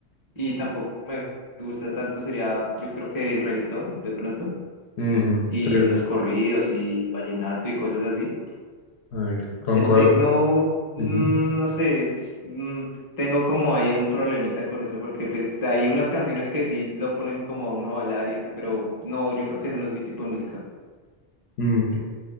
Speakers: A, on the left; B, on the left.
A: y tampoco me gusta tanto sería, yo creo que el reggaetón, de pronto,
B: ujú,
A: y
B: sí,
A: los corridos y vallenato y cosas así.
B: ay, concuerdo.
A: El tecno, mm,
B: Ujú,
A: no sé, es, mm, tengo como ahí un problemita con eso porque pues hay unas canciones que sí lo ponen como a uno a bailar y eso, pero no, yo creo que ese no es mi tipo de música.
B: mm, ok.